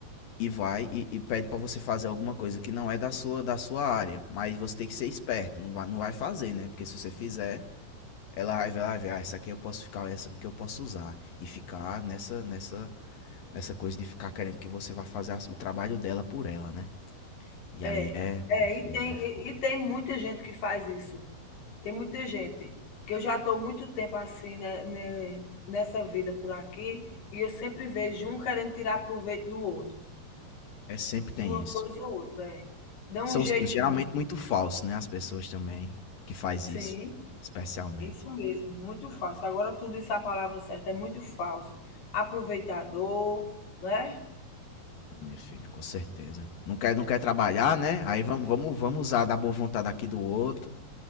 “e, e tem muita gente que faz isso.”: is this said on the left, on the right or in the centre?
Left